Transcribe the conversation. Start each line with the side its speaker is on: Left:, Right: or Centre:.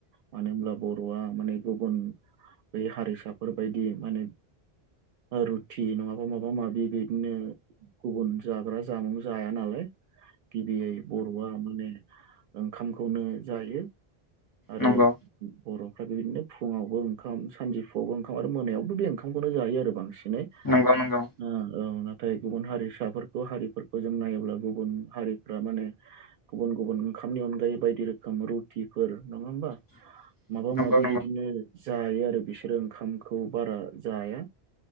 Right: मानो होनब्ला बर'आ माने गुबुन बै हारिसाफोरबायदि माने रुथि नङाबा माबा माबि बिदिनो गुबुन जाग्रा जामुं जाया नालाय गिबियै बर'आ माने ओंखामखौनो जायो। आरो
Left: नंगौ
Right: बर'फ्रा बे बिदिनो फुङावबो ओंखाम सानजौफुआवबो ओंखाम आरो मोनायावबो बे ओंखामखौनो जायो आरो बांसिनै
Left: नोंथां नंगौ नंगौ नोंथां नंगौ
Right: औ नाथाय गुबुन हारिसाफोरखौ हारिफोरखौ जों नायोब्ला गुबुन हारिफ्रा माने गुबुन गुबुन ओं खामनि अनगायै बायदि रोखोम रुटिफोर नङा होमबा
Left: <inaudible>
Right: माबा माबि
Left: नंगौ
Right: बिदिनो जायो आरो बिसोरो ओंखामखौ बारा जाया